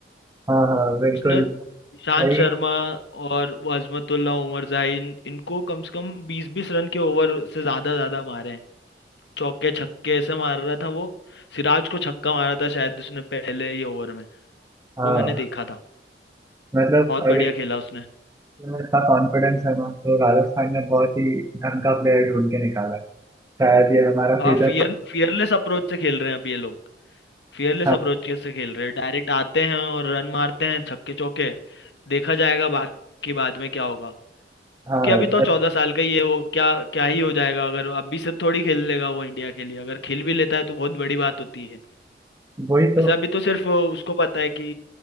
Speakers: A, on the right; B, on the left.
A: हाँ हाँ बिल्कुल
B: उसने ईशांत
A: सही
B: शर्मा और वो अजमतुल्ला उमर जाहिन इनको कम से कम बीस बीस रन के ओवर से ज्यादा ज्यादा मारे हैं चौके छक्के ऐसे मार रहा था वो सिराज को छक्का मारा था शायद उसने पहले ही ओवर में
A: हाँ
B: वो मैंने देखा था
A: मतलब
B: बहुत
A: अगर
B: बढ़िया खेला उसने
A: तुम्हें इतना कॉन्फिडेंस है ना तो राजस्थान ने बहुत ही ढंग का प्लेयर ढूंढ के निकाला है शायद ये हमारा
B: हाँ
A: फ्यूचर
B: फियर फियरलेस अप्रोच से खेल रहे हैं अब ये लोग फियरलेस
A: हाँ
B: अप्रोच से खेल रहे हैं डायरेक्ट आते हैं और रन मारते हैं छक्के चौके देखा जाएगा बाकी बाद में क्या होगा क्योंकि
A: हाँ
B: अभी तो चौदह साल का ही है वो क्या क्या ही हो जाएगा अगर अभी से थोड़ी खेल लेगा वो इंडिया के लिए अगर खेल भी लेता है तो बहुत बड़ी बात होती है
A: वही तो
B: वैसे अभी तो सिर्फ उसको पता है कि